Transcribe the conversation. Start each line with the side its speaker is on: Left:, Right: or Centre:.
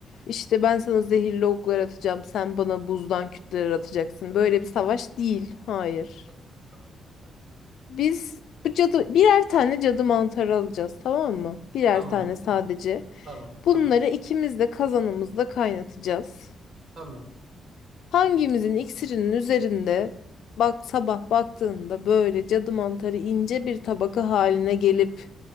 Left: işte ben sana zehirli oklar atacağım, sen bana buzdan kütleler atacaksın. Böyle bir savaş değil. Hayır.
Right: nasıl bir savaş olacak?
Left: Biz bu cadı birer tane cadı mantarı alacağız, tamam mı? Birer
Right: Tamam.
Left: tane sadece.
Right: Tamam,
Left: Bunları
Right: tamam.
Left: ikimiz de kazanımızda kaynatacağız.
Right: Tamam.
Left: Hangimizin iksirinin üzerinde bak sabah baktığında böyle cadı mantarı ince bir tabaka haline gelip